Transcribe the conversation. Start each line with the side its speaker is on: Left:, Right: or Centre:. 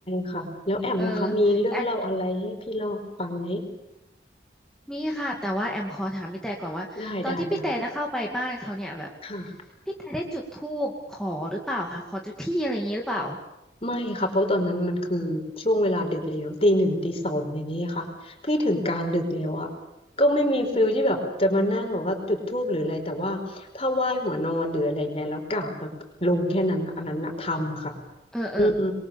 Left: ค่ะแล้วแอมล่ะคะมีเรื่องเล่าอะไรให้พี่เล่าฟังไหม
Centre: เอออันมีค่ะแต่ว่าแอมขอถามพี่แต่ก่อนว่าตอนที่พี่แต่จะเข้าไปบ้านเขาเนี่ยแบบ
Left: ได้ได้ได้ค่ะ
Centre: พี่แต่ได้จุดธูปขอหรือเปล่าคะขอเจ้าที่อะไรอย่างนี้หรือเปล่า
Left: ไม่ค่ะเพราะตอนนั้นมันคือช่วงเวลาดึกแล้วตีหนึ่งตีสองอย่างนี้ค่ะพี่ถึงกลางดึกแล้วอ่ะก็ไม่มีฟิลที่แบบจะมานั่งแบบว่าจุดธูปหรืออะไรแต่ว่าถ้าไหว้หัวนอนหรืออะไรเงี้ยแล้วกราบแบบลงแค่นั้นอะอันนั้นอะทำค่ะ
Centre: เออเออเออ
Left: อืม